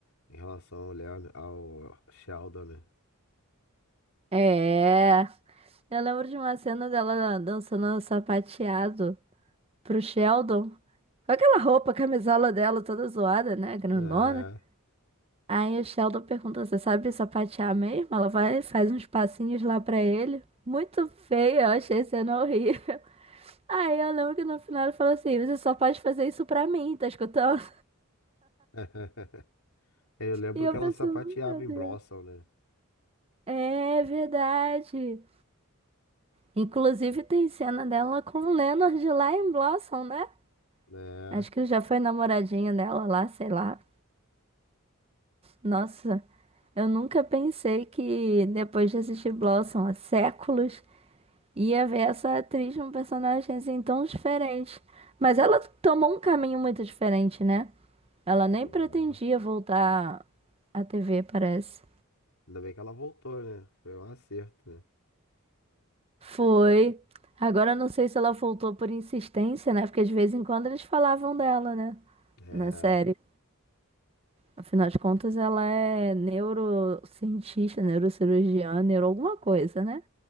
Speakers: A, on the left; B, on the right.
A: em relação ao Leon, ao Sheldon, né?
B: É. Eu lembro de uma cena dela dançando sapateado pro Sheldon. Com aquela roupa, a camisola dela toda zoada, né? Grandona.
A: É.
B: Aí o Sheldon pergunta: Você sabe sapatear mesmo? Ela vai e faz uns passinhos lá pra ele. Muito feia, eu achei a cena horrível. Aí eu lembro que no final ele falou assim: Você só pode fazer isso pra mim, tá escutando?
A: <laughs> É, Eu lembro
B: E eu
A: que ela
B: pensando,
A: sapateava
B: meu
A: em
B: Deus.
A: Blossom, né?
B: É verdade. Inclusive tem cena dela com o Leonard lá em Blossom, né?
A: Né?
B: Acho que já foi namoradinha dela lá, sei lá. Nossa, eu nunca pensei que depois de assistir Blossom há séculos, ia ver essa atriz num personagem assim tão diferente. Mas ela tomou um caminho muito diferente, né? Ela nem
A: Uhum.
B: pretendia voltar à TV, parece.
A: Ainda bem que ela voltou, né? Foi um acerto, né?
B: Foi. Agora eu não sei se ela voltou por insistência, né? Porque de vez em quando eles falavam dela, né?
A: É,
B: Na série. Afinal de contas, ela é neurocientista, neurocirurgiã, neuro alguma coisa, né?